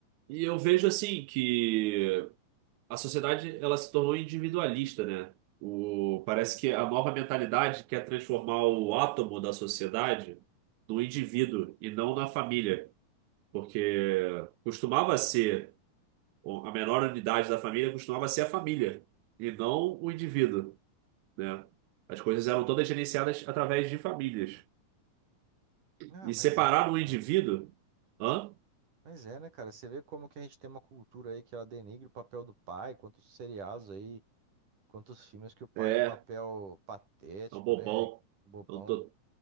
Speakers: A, on the right; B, on the right.
A: E eu vejo assim que a sociedade ela se tornou individualista, né? O, parece que a nova mentalidade quer transformar o átomo da sociedade no indivíduo e não na família. Porque costumava ser a menor unidade da família, costumava ser a família e não o indivíduo, né? As coisas eram todas gerenciadas através de famílias.
B: Ah,
A: E
B: mas
A: separar
B: é, né, cara?
A: um indivíduo? Hã?
B: Mas é, né, cara? Você vê como que a gente tem uma cultura aí que ela denigre o papel do pai, quantos seriados aí, quantos filmes que o pai
A: É,
B: é um papel
A: é
B: patético,
A: um bobão.
B: né? Bobão.
A: É um to-